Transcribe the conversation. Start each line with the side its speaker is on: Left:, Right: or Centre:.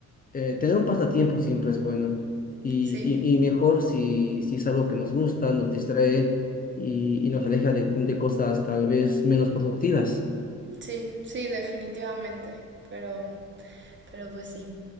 Left: eh, tener un pasatiempo siempre es bueno y,
Right: Sí,
Left: y- y mejor si, si es algo que nos gusta, nos distrae y, y nos aleja de, de cosas tal vez menos productivas.
Right: sí, sí, definitivamente, pero... Pero pues sí.